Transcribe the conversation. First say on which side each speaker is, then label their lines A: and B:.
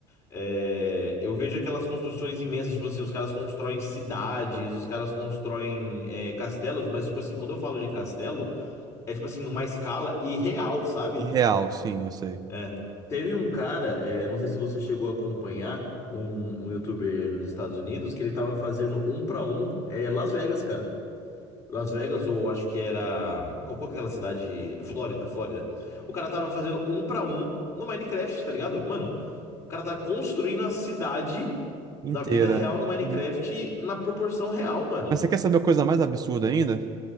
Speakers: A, on the left (about 20°); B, on the right (about 30°).
A: É, Eu vejo aquelas construções imensas, tipo assim, os caras constroem cidades, os caras constroem é, castelos, mas, tipo assim, quando eu falo de castelo, é tipo assim, numa escala irreal, sabe?
B: Irreal, sim, eu sei.
A: É. Teve um cara, é, não sei se você chegou a acompanhar, um, um youtuber nos Estados Unidos, que ele tava fazendo um pra um, é, Las Vegas, cara. Las Vegas, ou acho que era. Qual, qual que é aquela cidade? Flórida, Flórida. O cara tava fazendo um pra um no Minecraft, tá ligado? Mano, o cara tá construindo a cidade
B: Inteira.
A: na vida real no Minecraft
B: Uhum.
A: na proporção real, mano.
B: Mas você quer saber a coisa mais absurda ainda?